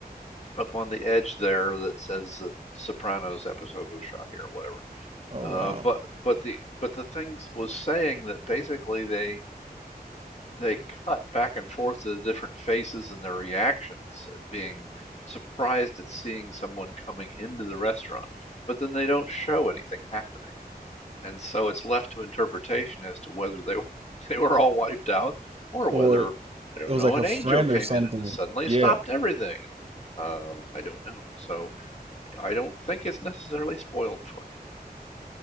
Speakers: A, on the left; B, on the right.
A: up on the edge there that says the Sopranos episode was shot here or whatever.
B: Oh
A: Uh,
B: wow.
A: but but the but the things was saying that basically they they cut back and forth to the different faces and their reactions at being surprised at seeing someone coming into the restaurant, but then they don't show anything happening. And so it's left to interpretation as to whether they <laughs> were, they were all wiped out or whether,
B: Or It
A: I don't
B: was
A: know,
B: like
A: an
B: a friend
A: angel came
B: or something.
A: in and suddenly
B: Yeah.
A: stopped everything. And um, I don't know. So I don't think it's necessarily spoiled for